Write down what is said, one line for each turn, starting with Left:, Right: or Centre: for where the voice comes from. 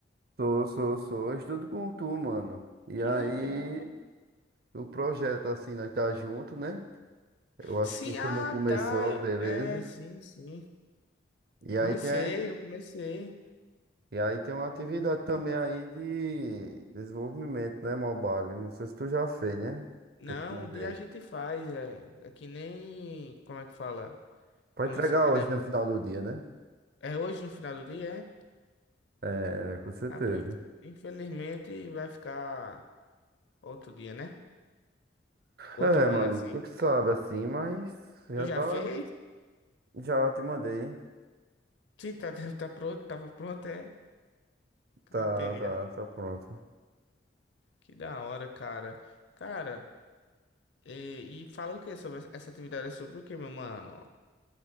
Right: Sou, sou, sou. Eu estudo com tu, mano. E
Left: Que
Right: aí,
Left: legal.
Right: o projeto, assim, nós tá junto, né? Eu acho
Left: Sim,
Right: que tu
Left: ah,
Right: não começou,
Left: tá. eu-
Right: beleza?
Left: É, sim, sim.
Right: E aí
Left: Comecei,
Right: tem,
Left: eu comecei.
Right: e aí tem uma atividade também aí de desenvolvimento, né, mobile? Não sei se tu já fez, né?
Left: Não,
Right: Que eu te mandei.
Left: um dia a gente faz, é, é que nem, como é que fala?
Right: Pra
Left: Quando
Right: entregar
Left: você tá
Right: hoje,
Left: devendo.
Right: no final do dia, né?
Left: É hoje no final do dia, é?
Right: É, com certeza.
Left: Ah, pô, inf- infelizmente vai ficar outro dia, né? Outro
Right: É, mano,
Left: ano assim.
Right: tu que sabe, assim, mas já
Left: Tu já
Right: tá,
Left: fez?
Right: já te mandei.
Left: Sim, tá, <laughs> deve estar pronto, tava pronto, é. Que
Right: Tá,
Left: Não entendi.
Right: tá, tá pronto.
Left: Que da hora, cara. Cara, e, e fala o que sobre essa essa atividade? É sobre o que, meu mano?